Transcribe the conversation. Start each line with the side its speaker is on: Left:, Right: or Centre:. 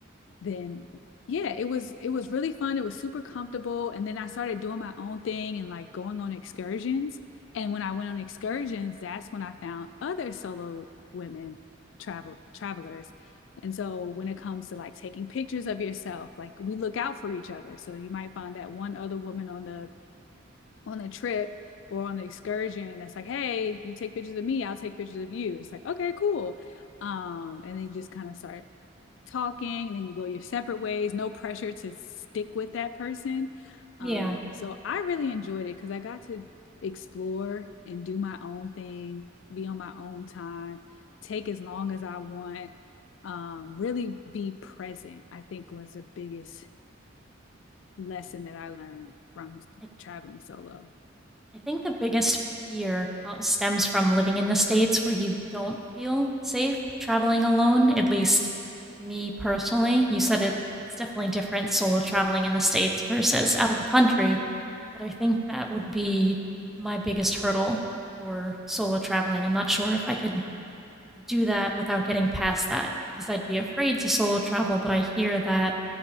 Left: then yeah, it was it was really fun. It was super comfortable. And then I started doing my own thing and like going on excursions. And when I went on excursions, that's when I found other solo women travel travelers. And so when it comes to like taking pictures of yourself, like we look out for each other. So you might find that one other woman on the on the trip or on the excursion that's like, hey, you take pictures of me, I'll take pictures of you. It's like, okay, cool. Um, and then you just kind of start talking and then you go your separate ways no pressure to stick with that person um
Centre: Yeah.
Left: so i really enjoyed it because i got to explore and do my own thing be on my own time take as long as i want um really be present i think was the biggest lesson that i learned from
Centre: I
Left: traveling solo
Centre: I think the biggest fear stems from living in the States where you don't feel safe traveling alone, at least me personally. You said it it's definitely different solo traveling in the States versus out of the country, but I think that would be my biggest hurdle for solo traveling. I'm not sure if I could do that without getting past that because I'd be afraid to solo travel, but I hear that